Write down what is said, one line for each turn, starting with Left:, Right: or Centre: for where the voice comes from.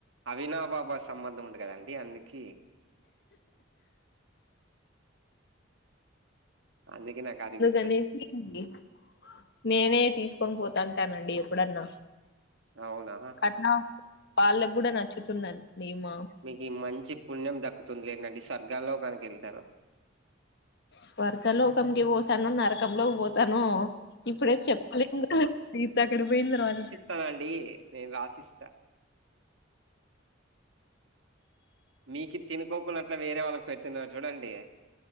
Right: అవినా బాబా సంబంధం ఉండి కదండి అందుకీ అందుకే నాకది గుర్
Left: అనేసి ఇండి నేనే తీసుకొన్ పోతాంటానండి ఎప్పుడన్నా
Right: అవునా
Left: అట్నా వాళ్ళగ్గూడా నచ్చుత ండిమా
Right: మీకీ మంచి పుణ్యం దక్కుతు లేండండి స్వర్గాల్లోక్కానికెళ్తారు
Left: స్వర్గ లోకంకి వోతాను నరకంలో వోత్ తను ఇప్పుడే చెప్పలే ఇతక్కడి పోయిన్ దర్వాది
Right: స్తానండి నేన్ రాసిస్త మీకి తినుకోకుంన్నట్ల వేరే వాళ్ళక్ పెతున్నార్ చూడండి